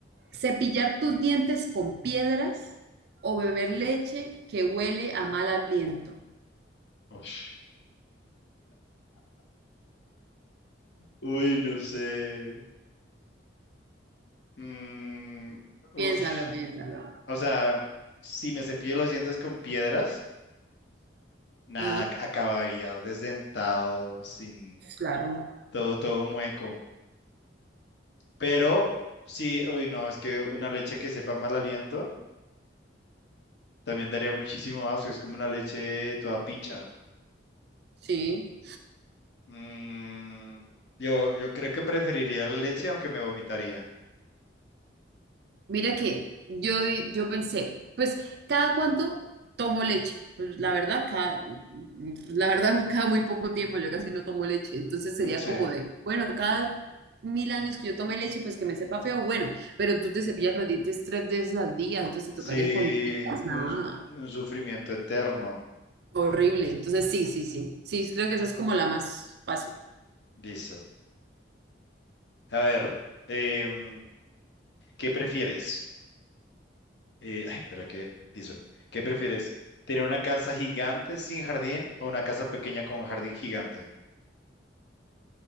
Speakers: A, on the right; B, on the left.
A: ¿Cepillar tus dientes con piedras o beber leche que huele a mal aliento?
B: Ush. Uy, no sé. Mm, ush.
A: Piénsalo, piénsalo.
B: O sea, si me cepillo los dientes con piedras, nada,
A: Ajá.
B: ac- acabaría desdentado, sin
A: Claro,
B: todo, todo mueco. Pero sí, uy, no, es que una leche que sepa mal aliento también daría muchísimo asco. Es como una leche toda picha.
A: sí.
B: Mm, yo, yo creo que preferiría la leche, aunque me vomitaría.
A: Mira que yo, di- yo pensé, pues, ¿cada cuánto tomo leche? Pues la verdad, cada, la verdad, cada muy poco tiempo yo casi no tomo leche. Entonces sería
B: Mm, Sí.
A: como de, bueno, cada mil años que yo tome leche, pues que me sepa feo, bueno, pero tú te cepillas los dientes tres veces al día, entonces te
B: Sí,
A: tocaría con piedras, nada,
B: un, un sufrimiento eterno.
A: horrible. Entonces sí, sí, sí, sí, creo que esa es como la más fácil.
B: Listo. A ver, em, ¿qué prefieres? Eh, ay, espera, ¿qué? Listo. ¿Qué prefieres? ¿Tener una casa gigante sin jardín o una casa pequeña con un jardín gigante?